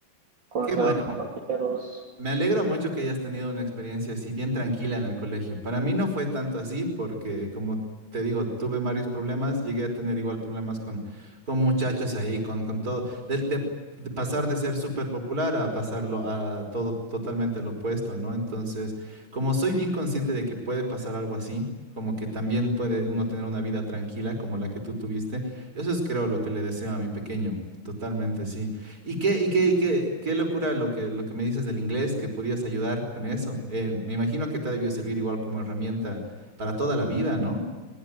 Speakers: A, on the right; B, on the right.
A: conocer
B: Qué bueno.
A: a los compañeros.
B: Me alegro mucho que hayas tenido una experiencia así bien tranquila en el colegio. Para mí no fue tanto así porque, como te digo, tuve varios problemas, llegué a tener igual problemas con, con muchachos ahí, con, con todo, del- de, de pasar de ser súper popular a pasarlo a todo totalmente lo opuesto, ¿no? Entonces, como soy bien consciente de que puede pasar algo así, como que también puede uno tener una vida tranquila como la que tú tuviste, eso es creo lo que le deseo a mi pequeño. Totalmente, sí. Y qué, y qué, y qué, qué locura lo que, lo que me dices del inglés, que podías ayudar con eso. Eh, me imagino que te ha debido servir igual como herramienta para toda la vida, ¿no?